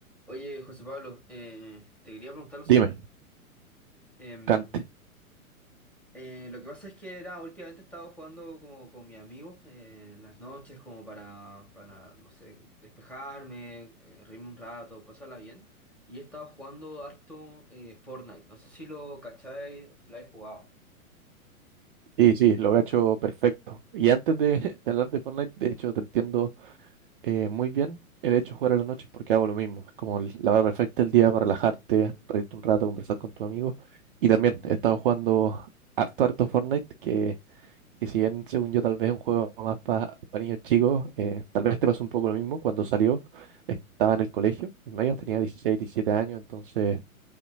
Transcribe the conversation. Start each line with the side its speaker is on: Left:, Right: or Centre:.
Centre: Oye, José Pablo, eh, te quería preguntar lo siguiente.
Right: Dime,
Centre: Em,
Right: cante.
Centre: eh, lo que pasa es que era, últimamente he estado jugando como con mis amigos eh, en las noches como para, para, no sé, despejarme, eh, reírme un rato, pasarla bien. Y he estado jugando harto eh, Fortnite. No sé si lo cacháis, si lo habéis jugado.
Right: Y sí, lo cacho perfecto. Y antes de, <laughs> de hablar de Fortnite, de hecho, te entiendo eh, muy bien el hecho de jugar a la noche porque hago lo mismo. Es como el- la hora perfecta del día para relajarte, reírte un rato, conversar con tus amigos. Y también he estado jugando harto, harto Fortnite, que, que si bien, según yo, tal vez es un juego más para niños chicos, eh, tal vez te pasó un poco lo mismo. Cuando salió, estaba en el colegio, en medio, tenía 16 17 años, entonces